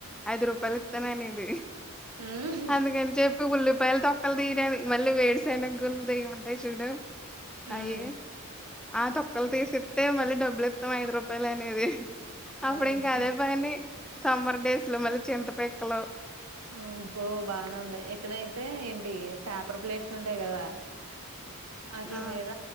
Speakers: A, in the centre; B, on the right.
A: ఐదు రూపాయలు ఇత్తననేది
B: ఉమ్
A: అందుకని చెప్పి ఉల్లి పాయల తొక్కలు తియడాలు మళ్ళీ వేరుసెనగ గుల్ల్ ది ఉంటాయి చూడు
B: ఉమ్
A: అయి ఆ తొక్కలు తీసి అయితే మళ్ళీ డబ్బులు ఇత్తవ ఐదు రూపాయలు అనేది
B: అబ్బో
A: అప్పుడు ఇంకా అదే పని సమ్మర్ డేస్ లో మళ్ళీ చింత పిక్కలు
B: ఆ అబ్బో బానే ఉంది ఎక్కడైతే ఏంటి పేపర్ ప్లేట్స్ ఉంటాయి కదా అట్ల
A: ఆ
B: మీద